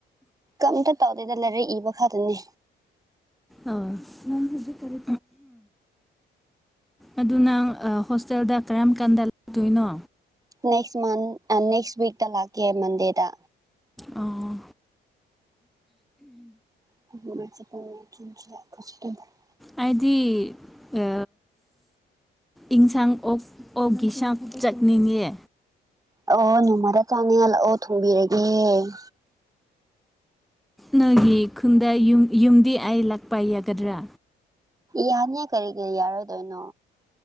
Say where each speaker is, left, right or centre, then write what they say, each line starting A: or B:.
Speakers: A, on the right; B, in the centre.
A: ꯀꯝꯇ ꯇꯧꯗꯦꯗ ꯂꯥꯏꯔꯛ ꯏꯕ ꯈꯛꯇꯅꯤ
B: ꯑ ꯅꯪ ꯍꯧꯖꯤꯛꯀꯔꯤ ꯑꯗꯨ ꯅꯪ ꯍꯣꯁꯇꯦꯜꯗ ꯀꯔꯝ ꯀꯥꯟꯗ ꯂꯥꯛꯇꯣꯏꯅꯣ
A: ꯅꯦꯛꯁ ꯃꯟ ꯑ ꯅꯦꯛꯁ ꯋꯤꯛꯛꯇ ꯂꯥꯛꯀꯦ ꯃꯟꯗꯦꯗ
B: ꯑꯣ
A: <unintelligible>
B: ꯍꯥꯏꯗꯤ ꯑ ꯏꯟꯁꯥꯡ ꯑꯣꯛ ꯑꯣꯛꯀꯤ ꯁꯥꯡ ꯆꯠꯅꯤꯡꯉꯦ
A: ꯑꯣ ꯅꯣꯡꯃꯔ ꯆꯥꯅꯤꯡꯉ ꯂꯥꯛꯑꯣ ꯊꯣꯡꯕꯤꯔꯒꯦ
B: ꯅꯪꯒꯤ ꯈꯨꯟꯗ ꯌꯨ ꯌꯨꯝꯗꯤ ꯑꯩ ꯂꯥꯛꯄ ꯌꯥꯒꯗ꯭ꯔꯥ
A: ꯌꯥꯅꯤꯌꯦ ꯀꯔꯤꯒꯤ ꯌꯥꯔꯣꯏꯗꯣꯏꯅꯣ